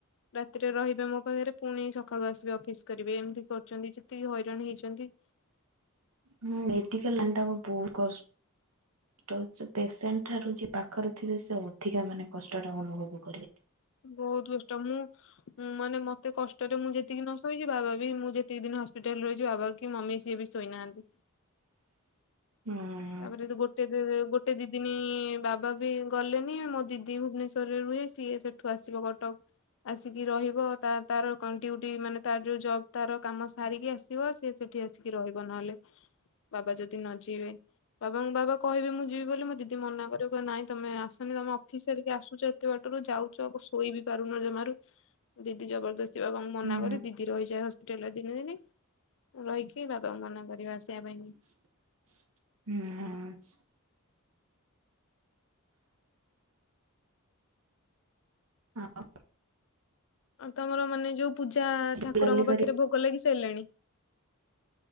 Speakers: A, on the left; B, on the right.
A: ରାତିରେ ରହିବେ ମୋ ପାଖରେ ପୁଣି ସଖାଳୁ ଆସିବେ ଅଫିସ କରିବେ ଏମିତି କରୁଚନ୍ତି ଯେତିକି ହଇରାଣ ହେଇଚନ୍ତି।
B: ହୁଁ ମେଡିକାଲ ଲାନ୍‌ ଟା ବହୁତ୍ କସ୍‌। ଟ ସେ ପେସେଣ୍ଟ ଠାରୁ ଯିଏ ପାଖରେ ଥିବେ ସେ ଅଧିକା ମାନେ କଷ୍ଟଟା ଅନୁଭବ କରିବେ।
A: ବହୁତ୍ କଷ୍ଟ ମୁଁ ମୁଁ ମାନେ ମତେ କଷ୍ଟରେ ମୁଁ ଯେତିକି ନ ଶୋଇଛି ବାବା ବି ମୁଁ ଯେତିକି ଦିନ ହସ୍ପିଟାଲରେ ରହିଛି ବାବା କି ମମି ସିଏ ବି ଶୋଇ ନାହାନ୍ତି।
B: ହୁଁ।
A: ତାପରେ ଦୋ ଗୋଟେ ଦେ ଦେ ଗୋଟେ ଦିଦିନୀ ବାବା ବି ଗଲେନି ମୋ ଦିଦି ଭୁବନେଶ୍ଵରରେ ରୁହେ ସିଏ ସେ ଠୁ ଆସିବ କଟକ। ଆସିକି ରହିବ ତା ତାର କଣ ଡିୟୁଟି ମାନେ ତାର ଯୋଉ ଜବ୍ ତାର କାମ ସାରିକି ଆସିବ ସେ ଯେ ଏଠି ଆସିକି ରହିବ ନହେଲେ ବାବା ଯଦି ନ ଯିବେ। ବାବା ମମି ବାବା କିହିବେ ମୁଁ ଯିବି ବୋଲି ମୋ ଦିଦି ମନା କରିବ କହିବ ନାଇଁ ତମେ ଆସନି ତମ ଅଫିସ ସାରିକି ଆସୁଛ ଏ ଏତେ ବାଟରୁ ଯାଉଛ ଓ ଶୋଇ ବିି ପାରୁନ ଜମାରୁ ଦିଦି ଜବରଦସ୍ତି ସେ ବାବାଙ୍କୁ ମନା
B: ହୁଁ
A: କରି ଦିଦି ରହିଯାଏ ହ ହୋଟେଲର ତିନି ଦିନି ରହିକି ବାବାଙ୍କୁ ମନା କରିବ ଆସିବା ପାଇଁ।
B: ହୁଁ। ହଁ।
A: ଆଉ ତମର ମାନେ ଯୋଉ ପୂଜା ଠାକୁରଙ୍କ
B: ବୁଲାବୁଲି କରି
A: ପାଖରେ ଭୋଗ ଲାଗି ସାରିଲାଣି?